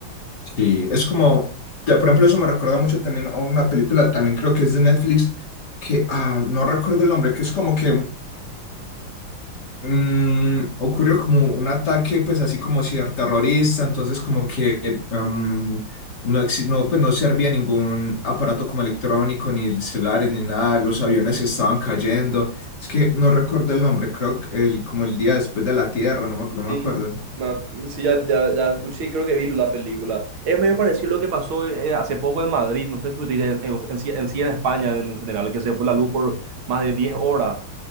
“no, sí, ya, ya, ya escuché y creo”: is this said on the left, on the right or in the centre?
Right